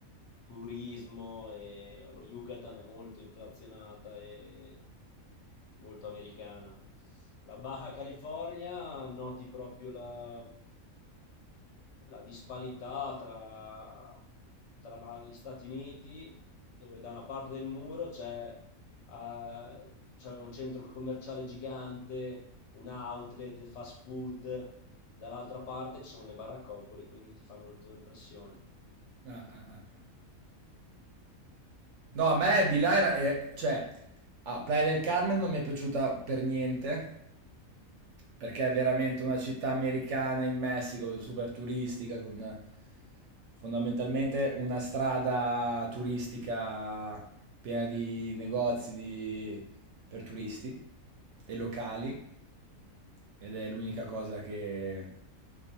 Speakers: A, on the left; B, on the right.
A: turismo e lo Yucatan è molto inflazionata e molto americana. La Baja California noti proprio la, la disparità tra, tra la- gli Stati Uniti, dove da una parte del muro c'è eh, c'è un centro commerciale gigante, un outlet, fast food Dall'altra parte ci sono le baraccopoli, quindi ti fa molto impressione.
B: Ah, ah, ah. No, a me di là era, eh, cioè, ah, Playa del Carmen non mi è piaciuta per niente, perché è veramente una città americana in Messico, super turistica, con eh, fondamentalmente una strada turistica piena di negozi di- per turisti e locali. Ed è l'unica cosa che...